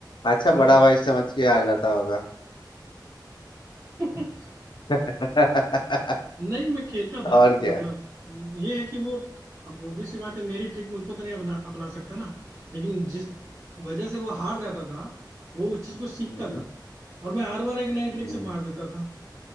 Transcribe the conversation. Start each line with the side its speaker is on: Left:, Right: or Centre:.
Left: अच्छा
Right: समझ
Left: बड़ा
Right: रहे
Left: भाई समझ के हार जाता होगा
Right: अ- <laughs>
Left: <laughs>
Right: नहीं मैं खेलता था
Left: और
Right: मतलब
Left: क्या
Right: ये है कि वो अब obvious सी बात है मेरी ट्रिक मुझ पर तो नहीं अपना अपना सकता ना लेकिन जिस वजह से वो हार जाता था वो उस चीज को सीखता
Left: हम्म
Right: था और मैं हर बार एक नई ट्रिक
Left: हम्म।
Right: से मार देता था